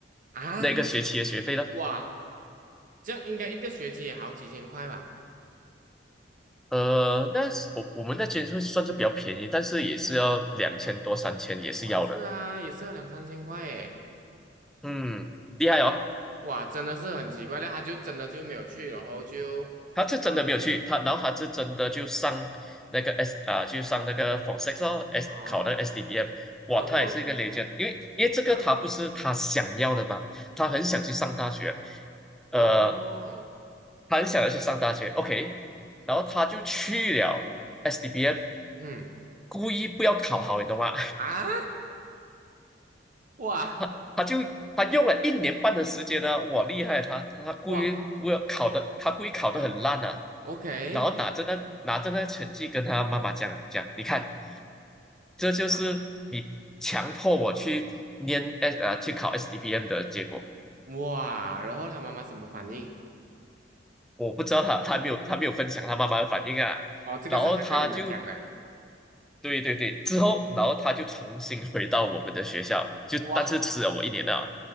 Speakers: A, on the right; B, in the centre.
A: 啊，
B: 那个学期的学费了。
A: 哇，这样应该一个学期也好几千块吧？
B: 呃，那是我我们那间就算是比较便宜，但是也是要两千多三千也是要的。
A: 哇，是啊，也是要两三千块诶。
B: 嗯，厉害哦，
A: 哇，哇，真的是很奇怪，那他就真的就没有去，然后就啊，
B: 他是真的没有去，他然后他是真的就上那个 S 啊，就上那个 f o r s e x 哦，S
A: 哦，
B: 考那个 SDBM，
A: 然后，
B: 哇，他也是一个 legend，因为因为这个他不是他想要的嘛，
A: 嗯
B: 他很想去上大学，
A: 嗯，
B: 呃，
A: 哦，
B: 他很想要去上大学，OK，然后他就去了 SDBM，
A: 嗯
B: 故意不要考好，你懂吗？
A: 啊，哇
B: 他他就他用了一年半的时间呢，我厉害啊！他他他故意不要考的，
A: 哇
B: 他故意考的很烂啊，
A: ，OK。
B: 然后拿着那拿着那个成绩跟他妈妈讲讲，你看，这就是你强迫我去念
A: 啊。
B: S 呃去考 s d b m 的结果。
A: 哇，然后他妈妈什么反应？
B: 我不知道他他没有他没有分享他妈妈的反应啊，
A: 哦，这个是他跟你们讲的。
B: 然后他就对对对，之后然后他就重新回到我们的学校，就但是吃了我一年啊，
A: 哇，